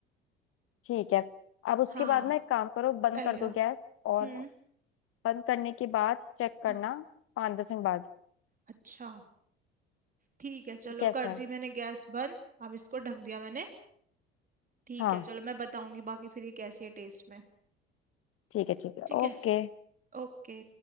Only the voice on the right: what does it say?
हाँ
डल
गया
हम्म
हाँ
अच्छा ठीक है चलो
कर
दी मैंने गैस बंद अब इसको ढक दिया मैंने ठीक
है चलो मैं बताऊंगी बाकी फिर ये कैसी है टेस्ट में
ठीक
है ओके